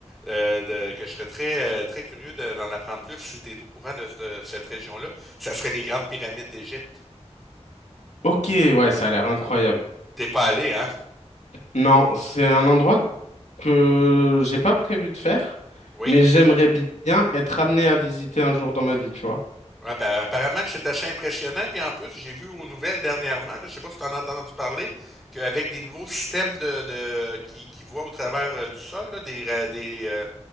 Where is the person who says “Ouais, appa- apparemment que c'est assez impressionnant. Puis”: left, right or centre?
Centre